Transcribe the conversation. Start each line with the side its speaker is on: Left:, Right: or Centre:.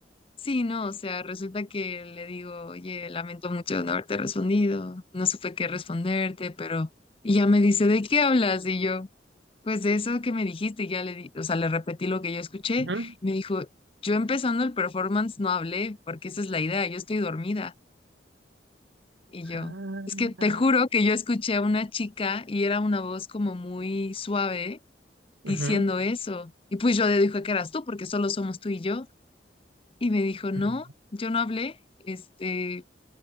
Left: sí, no, o sea, resulta que le digo, oye, lamento mucho no haberte respondido, no supe qué responderte, pero, y ya me dice, ¿de qué hablas? Y yo... Pues de eso que me dijiste, ya le di, o sea, le repetí lo que yo escuché
Right: Ujú.
Left: y me dijo, yo empezando el performance no hablé porque esa es la idea, yo estoy dormida. Y yo,
Right: Ah,
Left: es que te juro que yo escuché a una chica y era una voz como muy suave
Right: ujú,
Left: diciendo eso. Y pues yo le dije que eras tú porque solo somos tú y yo. Y me dijo, no,
Right: ujú.
Left: yo no hablé, este,